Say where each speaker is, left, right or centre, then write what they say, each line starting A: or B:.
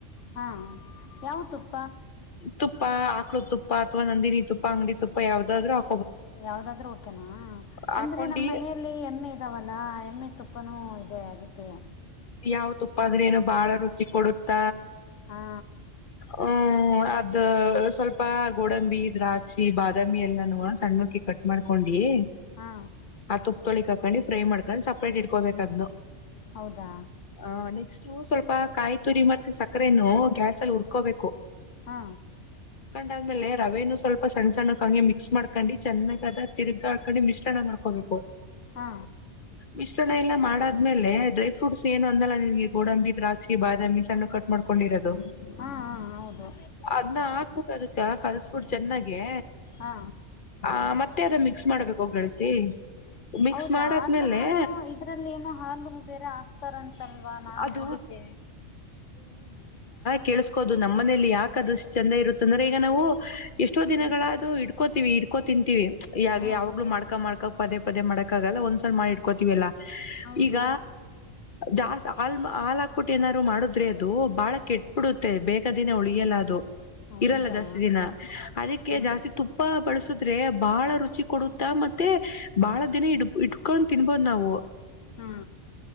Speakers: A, on the left; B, on the left.
A: ಹಾ.. ಯಾವ ತುಪ್ಪ?
B: ತುಪ್ಪ ಆಕೃತುಪ್ಪ ಅಥವಾ ನಂದಿನಿ ತುಪ್ಪ ಅಂಗಡಿ ತುಪ್ಪ ಯಾವ್ದಾದ್ರೂ ಹಾ
A: ಯಾವ್ದಾದ್ರೂ ಓಕೇನಾ?
B: ಹಾಕೊಂಡಿ
A: ಅಂದ್ರೆ ನಮ್ಮ್ ಮನೆಯಲ್ಲಿ ಎಮ್ಮೆ ಇದಾವಲ್ಲ, ಎಮ್ಮೆ ತುಪ್ಪನೂ ಇದೆ ಅದಕ್ಕೆ.
B: ಯಾವ್ ತುಪ್ಪ ಆದ್ರ ಏನು ಬಾಳ ರು ಚಿ ಕೊಡುತ್ತ,
A: ಹಾ
B: ಹ್ಮ ದ ಸ್ವಲ್ಪ ಗೋಡಂಬಿ ದ್ರಾಕ್ಷಿ ಬಾದಾಮಿ ಎಲ್ಲನೂ ಸಣ್ಣಕ್ಕೆ ಕಟ್ ಮಾಡ್ಕೊಂಡು ಇ
A: ಹಾ
B: ಆ ತುಪ್ದೊಳಿಕ್ ಹಾಕೊಂಡಿ ಫ್ರೈ ಮಾಡ್ಕೊಂಡು ಸಪ್ರೇಟ್ ಇಡ್ಕೋಬೇಕು ಅದ್ನು.
A: ಹೌದಾ
B: ಅ ನೆಕ್ಸ್ಟ್ ಸ್ವಲ್ಪ ಕಾಯಿ ತುರಿ ಮತ್ತೆ ಸಕ್ಕರೆೇನು ಗ್ಯಾಸ ಅಲ್ಲಿ ಉುರ್ಕೋಬೇಕು
A: ಹಾ
B: ಾದ್ಮೇಲೆ ರವೆೇನು ಸ್ವಲ್ಪ ಸಣ್ಣ ಸಣ್ಣಕ್ಕೆ ಹಂಗೆ ಮಿಕ್ಸ್ ಮಾಡ್ಕೊಂಡಿ ಚೆನ್ನಾಗದ ತಿರುಗ ಹಾಕೊಂಡು ಮಿಶ್ರಣ ಮಾಡ್ಕೊಬೇಕು
A: ಹಾ
B: ಮಿಶ್ರಣ ಎಲ್ಲ ಮಾಡಾದ್ಮೇಲೆ ಮೇಲೆ, ಡ್ರೈ ಫ್ರೂಟ್ಸ್ ಏನು ಅಂದಲ್ಲ ನಿನ್ಗೆ ಗೋಡಂಬಿ ದ್ರಾಕ್ಷಿ ಬಾದಾಮಿ ಸಣ್ಣಕ್ಕೆ ಕಟ್ ಮಾಡ್ ೊಂಡಿರದು
A: ಹಾ ಹಾ ಹೌದು
B: ಅದ್ನ ಹಾಕ್ಬಿಟ್ಟು ಅದಕ್ಕೆ ಕಲ್ಸ್ಬಿಟ್ಟು ಚೆನ್ನಾಗೆ,
A: ಹಾ
B: ಆ ಮತ್ತೆ ಅದ ಮ ಸ್ ಮಾಡ್ಬೇಕು <unintelligible>
A: ಹೌದಾ
B: ಮಾಡಾದ್ಮೇಲೆ
A: ಆರ್ನ ಕಣ ಇದ್ರಲ್ಲಿ ಏನೋ ಹಾಲು ಬೇರೆ ಆಗ್ತಾರಂತಲ್ವಾ ನಾನ್
B: ಅದು
A: ನೋಡಿದ್ದೇ.
B: ಕೇಳಿಸ್ಕೋ ಅದು ನಮ್ ಮನೇಲಿ ಯಾಕಾದಷ್ಟ್ ಚಂದ ಇರುತ್ತ ಅಂದ್ರೆ ಈಗ ನಾವು ಎಷ್ಟೋ
A: ಹ್ಮ್
B: ದಿನಗಳ ಅದು ಇಡ್ಕೋ ಇಡ್ಕೋ ತಿಂತೀವಿ ಯಾಗೆ
A: ಹ್ಮ್
B: ಯಾವಾಗ್ಲೂ ಮಾಡ್ಕಾ ಮಾಡ್ಕ ಪದೆ ಪದೇ ಮಾಡಕಕ್ಕಾಗಲ್ಲ ಒಂದ್ಸ ಮಾಡಿಟ್ಕೋತೀವೆಲ್ಲ
A: ಹೌದು
B: ಈಗ ಜಾಸ್ ಆಲ್ ಹಾ ಹಾಕ್ಬಿು ಏನಾರರು ಮಾಡುದ್ರಿ ಅದು ಅದು ಬಹಳ ಕೆಟ್ ಬಿಿಡುತ್ತೆ ಜಾಸ್ತಿ ದಿನ ಉಳಿಯಲ್ಲ ಅದು.
A: ಹೌದಾ
B: ಇರಲ್ಲ ಜಾಸ್ತಿ ದಿನ ಅದಕ್ಕೆ
A: ಹ್ಮ್
B: ಜಾಸ್ತಿ ತುಪ್ಪ ಬಳಸ ಬಹಳ ರುಚಿ ಕೊಡುತ್ತ ಮತ್ತೆ. ಬಾಳ ದಿನ ಇಟ್ಕೊಂಡು ತಿನ್ಬೋದು್ ನಾವು.
A: ಹ್ಮ